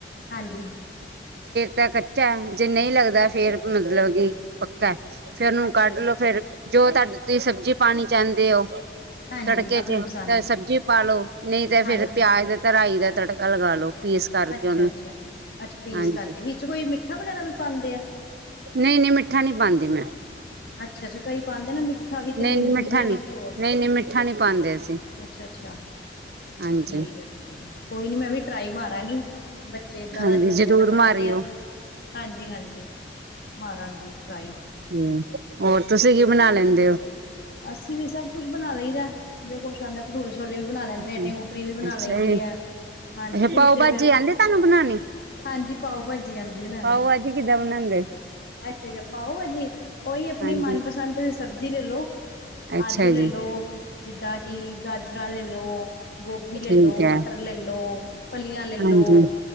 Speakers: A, on the left; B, on the right.
A: ਹਾਂਜੀ
B: ਪਾ ਕੱਚਾ ਜੇ ਨਹੀਂ ਲੱਗਦਾ ਫੇਰ ਮਤਲਬ ਕਿ ਪੱਕਾ ਫੇਰ ਉਹਨੂੰ
A: ਅੱਛਾ
B: ਕੱਢ
A: ਅੱਛਾ
B: ਲੋੋ ਫੇਿਰ ਜੋ ਤੁਹਾਡ ਤੁਸੀਂ ਸਬਜ਼ੀ ਪਾਣੀ ਚਾਹੁੰਦੇ ਹੋ
A: ਹਾਂਜੀ
B: ਤੜਕੇ
A: ਆਪਣੀ
B: ਚ
A: ਪਸੰਦ
B: ਤਾਂ
A: ਦੀ
B: ਸਬਜ਼ੀ ਪਾਾਲਓ ਨਹੀਂ ਤੇ ਫੇਿਰ
A: ਹਾਂਜੀ
B: ਪਿਆਜ ਤੇ ਰਾਈ ਦਾ ਤੜਕਾ ਲਗਾ ਲੋ ਪੀਸ ਕਰਕੇ
A: ਅੱਛਾ
B: ਉਹਨੂੰ
A: ਅੱਛਾ ਅੱਛਾ ਪੀਸ
B: ਹਾਂਜੀ
A: ਕਰਕੇ ਵਿੱਚ ਕੋਈ ਮਿੱਠਾ ਵਗੈਰਾ ਵੀ ਪਾਉਂਦੇ ਆ
B: ਨਹੀਂ ਨਹੀਂ ਮਿੱਠਾ ਨਹੀਂ ਪਾਉਂਦੀ ਮੈਂ
A: ਅੱਛਾ ਅੱਛਾ ਕਈ ਪਾਉਂਦੇ ਨਾ ਮਿੱਠਾ ਵੀ ਤੇ
B: ਨਹੀਂ
A: ਨਿੰਬੂ
B: ਨਹੀਂ ਮਿੱਠਾ
A: ਜਿਹਾ
B: ਨਹੀਂ
A: ਵੀ ਨਿਚੋਰ
B: ਨਹੀਂ ਨਹੀਂ ਮਿੱਠਾ ਨਹੀਂ ਪਾਉਂਦੇ ਅਸੀਂ
A: ਅੱਛਾ ਅੱਛਾ
B: ਹਾਂਜੀ
A: ਠੀਕ ਹੈ ਠੀਕ ਹੈ ਕੋਈ ਨੀ ਮੈਂ ਵੀ ਟਰਾਈ ਮਾਰਾਂਗੀ ਬੱਚੇ ਏਦਾਂ
B: ਹਾਂਜੀ
A: ਦਾ ਚੀਜ਼ਾਂ
B: ਜ਼ਰੂਰ
A: ਤੇ ਮੰਗਦੇ
B: ਮਾਰਿਓ
A: ਆ ਹਾਂਜੀ ਹਾਂਜੀ ਮਾਰਾਂਗੀ ਟਰਾਈ
B: ਹਮ ਹੋਰ ਤੁਸੀਂ ਕੀ ਬਣਾ ਲੈਂਦੇ ਹੋ
A: ਅਸੀਂ ਵੀ ਸਭ ਕੁਛ ਬਣਾ ਲਈ ਦਾ ਜੋ ਕੁਛ ਆਉਂਦਾ ਭਠੂਰੇ ਛੋਲੇ ਵੀ ਬਣਾ ਲੈਂਦੇ
B: ਅੱਛਾ
A: ਆ ਨਿਊਟਰੀ ਵੀ ਬਣਾ ਲੈਂਦੀ
B: ਜੀ
A: ਹੈ ਹਾਂਜੀ
B: ਅੱਛਾ
A: ਕੁਲਚੇ
B: ਪਾਓ ਭਾਜੀ
A: ਫਿਰ
B: ਆਹਂਦੇ ਤੁਹਾਨੂੰ ਬਣਾਉਣੀ
A: ਹਾਂਜੀ ਪਾਓ ਬਾਜੀ ਆਂਦੀ ਬਣਾਣੀ।
B: ਪਾਓ ਭਾਜੀ ਕਿੱਦਾਂ ਬਣਾਉਂਦੇ
A: ਅੱਛਾ ਅੱਛਾ, ਪਾਓ ਬਾਜੀ ਉਹੀ ਆਪਣੀ
B: ਹਾਂਜੀ
A: ਮਨਪਸੰਦ ਸਬਜ਼ੀ ਲੈ ਲਓ
B: ਅੱਛਾ
A: ਆਲੂ ਲੈ
B: ਜੀ
A: ਲਓ ਜਿੱਦਾਂ ਕਿ ਗਾਜਰਾਂ ਲੈ <unintelligible> ਗੋਭੀ ਲੇ
B: ਠੀਕ
A: ਲੋ
B: ਹੈ
A: ਮਟਰ ਲ਼ੇ ਲੋ ਫਲੀਆਂ ਲ਼ੇ
B: ਹਾਂਜੀ
A: ਲੋ।